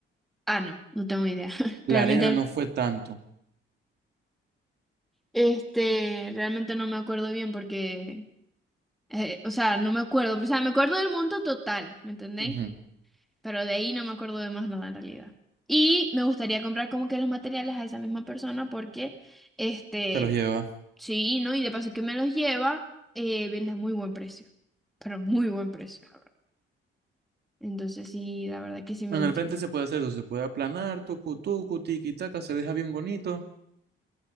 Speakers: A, in the centre; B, on the right (about 50°).
A: Ah, no, no tengo idea. <laughs>
B: La
A: Realmente,
B: arena no fue tanto.
A: este, realmente no me acuerdo bien porque Eh, o sea, no me acuerdo, o sea, me acuerdo del monto total, ¿me entendéis?
B: Ujú,
A: Pero de ahí no me acuerdo de más nada en realidad. Y me gustaría comprar como que los materiales a esa misma persona porque, este,
B: Te los lleva.
A: sí, ¿no? Y de paso que me los lleva, eh, vende a muy buen precio, pero muy buen precio, la verdad. Entonces sí, la verdad que sí me
B: En
A: gustaría.
B: el frente se puede hacer eso, se puede aplanar, tucu, tucu, tiqui, taca, se deja bien bonito.